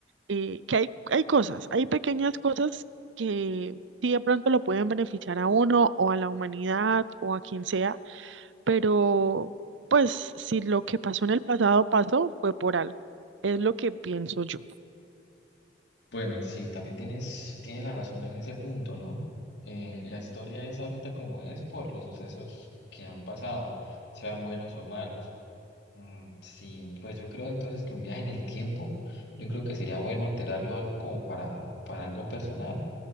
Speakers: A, on the right (about 85°); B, on the left (about 65°).
A: eh, que hay, hay cosas, hay pequeñas cosas que sí de pronto lo pueden beneficiar a uno o a la humanidad o a quien sea, pero pues si lo que pasó en el pasado pasó, fue por algo. Es lo que pienso yo.
B: Bueno, sí, también tienes, tienes la razón en ese punto, ¿no? Eh, la historia es ahorita como es por los sucesos que han pasado, sean buenos o malos. Mm, sí, pues yo creo entonces que un viaje en el tiempo, yo creo que sería bueno alterarlo algo como para, para algo personal.